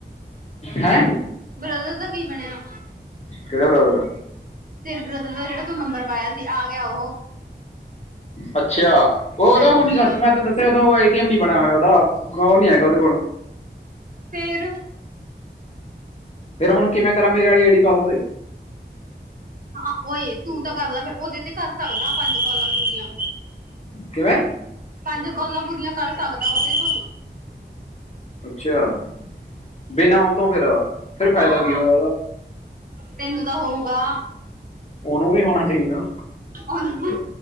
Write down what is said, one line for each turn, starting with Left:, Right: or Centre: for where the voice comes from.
Left: ਹੈਂ
Right: ਬਰੋਦਰਰ ਦਾ ਕੀ ਬਣਿਆ
Left: ਕਿੜੇਿਆਰਾਰ
Right: ਤੇਰੇ ਬ੍ਰਦਰ ਦਾ ਜਿਹੜਾ ਤੂੰ ਨੰਬਰ ਪਾਇਆ ਸੀ ਆ ਗਿਆ ਉਹ
Left: ਅੱਛਾ ਉਹ ਉਦੋਂ
Right: ਹਾਂਜੀ
Left: ਹੁ ਨੀ ਸੱਚ ਮੈਂ ਤੈਨੂੰ ਦੱਸਿਆ ਦੋਂ ਨੀ ਬਿਆ ਹੋਇਆ ਉਹਦਾ ਉਹ ਨੀ ਹੈਗਾ ਉਹਦੇ ਕੋਲ
Right: ਫਰ ਹ
Left: ਫੇਿਰ ਹੁਣ ਕਿਵੇਂ ਕਰਾਂ ਮੇਰੇ ਵਾਲੀ ਆਈਡੀ ਪਾ ਦਉ ਤੇ
Right: ਹਾਂ ਓਏ ਤੂੰ ਕਰ ਲੈ ਫਿਰ ਉਹਦੇ ਤੇ ਕਰ ਸਕਦਾ ਪੰਜ ਕਾਲਾਂ ਪੂਰੀਆਂ
Left: ਕਿਵੇਂ
Right: ਪੰਜ ਕੋਲਾਂ ਕੁਰੀਆਂ ਕਰ ਸਕਦਾ ਉਹਦੇ ਤੁ
Left: ਅੱਛਾ ਬਿਨਾਂ ਉਹ ਤੋਂੋਂ ਫੇਿਰ ਫੇਿਰ ਫ਼ਾਇਦਾ
Right: ਹਾਂ
Left: ਕੀ
Right: ਹਾਂ
Left: ਹੋਇਆ ਉਹਦਾ
Right: ਤੈਨੂੰ ਤਾਂ ਹੋਊਗਾ
Left: ਉਹਨੂੰ ਵੀ ਹੋਣਾ ਚਾਹੀਦਾ
Right: ਉਹਨੂੰ